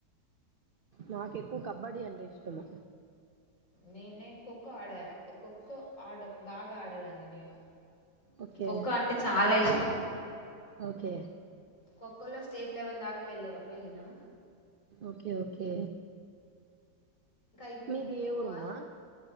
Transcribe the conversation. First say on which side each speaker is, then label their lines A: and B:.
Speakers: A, on the right (about 55°); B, on the left (about 45°).
A: నాకు ఎక్కువ కబడ్డీ అంటే ఇష్టము
B: నే నేను ఖోఖో ఆడద ఖోఖో ఆడ బాగా ఆడేదండి నేని
A: ఓకే
B: ఖోఖో అంటే చాలా ఇష్టం
A: ఓకే
B: క్కోలో స్టేట్ లెవెల్ దాకా వెళ్ళినం
A: ఓకే ఓకే
B: ఇప్పు-
A: మీది
B: అని మీకు
A: ఏ ఊరుమ్మా
B: ఆ-